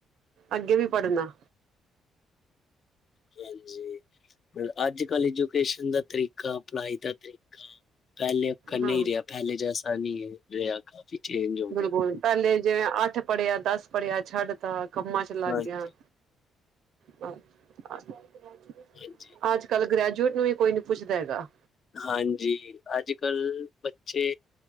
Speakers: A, on the right; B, on the left.
A: ਅੱਗੇ ਵੀ ਪੜਨਾ
B: ਹਾਂਜੀ। ਅੱਜ -ਕਲ੍ਹ ਐਜੂਕੇਸ਼ਨ ਦਾ ਤਰੀਕਾ ਪੜ੍ਹਾਈ ਦਾ ਤਰੀਕਾ। ਪਹਿਲੇ ਅਕਨ
A: ਹਾਂ
B: ਨੀ ਰਿਆ ਪਹਿਲੇ ਜੈਸਾ ਨੀ ਰਿਆ ਕਾਫੀ। ਚੇਂਜ ਹੋ
A: ਬਿਲਕੁਲ
B: ਗਿਆ
A: ਪਹਿਲੇ ਜਿਵੇਂ ਅੱਠ ਪੜ੍ਹਿਆ ਦਸ ਪੜ੍ਹਿਆ ਛੱਡ ਤਾ ਕੰਮਾਂ ਚ ਲਾਗਿਆ
B: ਹਾਂਜੀ
A: <unintelligible>
B: ਹਾਂਜੀ।
A: ਅੱਜ ਕੱਲ੍ਹ ਗ੍ਰੈਜੂਏਟ ਨੂੰ ਵੀ ਕੋਈ ਨੀ ਪੁੱਛਦਾ ਹੈਗਾ।
B: ਹਾਂਜੀ ਅੱਜ ਕੱਲ੍ਹ ਬੱਚੇ